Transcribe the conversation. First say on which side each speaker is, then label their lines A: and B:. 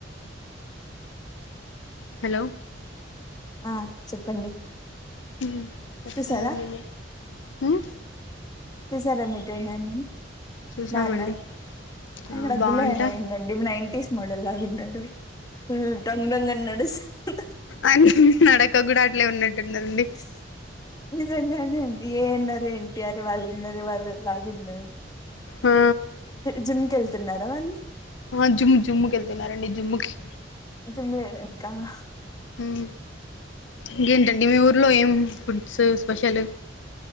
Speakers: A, on the left; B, on the left.
A: హలో
B: ఆ చెప్పండి
A: ఉమ్ చెప్పాల
B: చూసారా
A: నువే ఉమ్
B: తీసార మి ట్రైనర్ని
A: చూసామండి
B: బాగున్నారు ఆగడోద్దులే
A: ఆ బాగుంట
B: అయన ఏంలే <unintelligible> నైన్టీీస్ మోడల్లాగున్నాడు ఫుల్ దంగ్ దంగ్ అని నడుస్తున్నాడు
A: అని నడక గూడా అట్లే ఉన్నట్టుందండి
B: బ్లాంక్ నిజంగానే అండి ఏఎన్నారు ఎన్టీఆర్ వాళ్ళు ఉన్నరు వాళ్ళ లాగున్నారు
A: ఆ
B: జిమ్కి వెళ్తున్నారా వాళ్ళు
A: వా జుమ్ జుమ్ము కెళ్తున్నారండి జుమ్ముకి
B: జుమె ఏడే కా <unintelligible>
A: ఊమ్ ఇంకేంటండి మీ ఊర్లో ఏం ఫుడ్స్ స్పెషల్